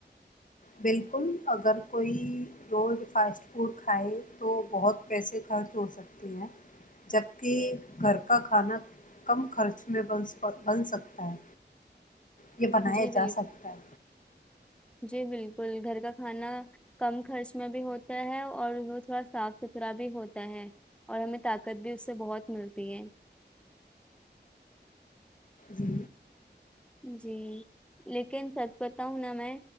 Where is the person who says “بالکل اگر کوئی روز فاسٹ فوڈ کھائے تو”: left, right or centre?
Left